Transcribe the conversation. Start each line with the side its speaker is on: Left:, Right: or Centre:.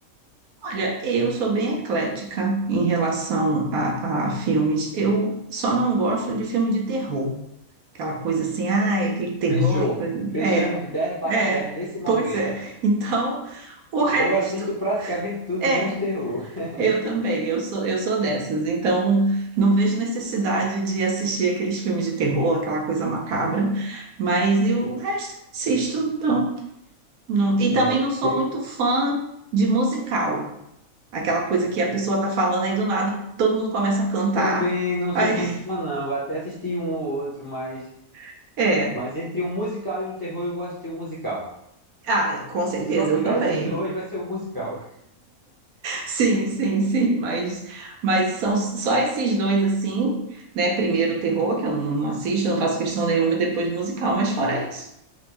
Right: Olha, eu sou bem eclética em relação a, a filmes. Eu só não gosto de filme de terror. Aquela coisa assim, ah, aquele terror
Left: Fechou.
Right: e coisa.
Left: Fechamos
Right: É,
Left: 10 barra
Right: é,
Left: dez nesse momento.
Right: pois é. Então, o resto.
Left: Eu assisto praticamente tudo,
Right: É,
Left: menos terror. <laughs>
Right: Eu também, eu sou, eu sou dessas. Então, não vejo necessidade de assistir aqueles filmes de terror, aquela coisa macabra, mas eu, o resto assisto, então. Não. E
Left: É,
Right: também não sou
Left: eu
Right: muito fã de musical, aquela coisa que a pessoa tá falando aí do nada, todo mundo começa a cantar.
Left: também não
Right: Aí,
Left: sou muito fã, não. Vou até assistir um ou outro, mas...
Right: <laughs> é,
Left: Mas entre um musical e um terror, eu vou assistir um musical.
Right: ah, com certeza,
Left: Se só tiver
Right: eu também.
Left: esses dois, vai ser um musical.
Right: Sim, sim, sim, mas, mas são só esses dois assim, né? Primeiro o terror, que eu não, não assisto, não faço questão nenhuma, e depois musical, mas fora isso.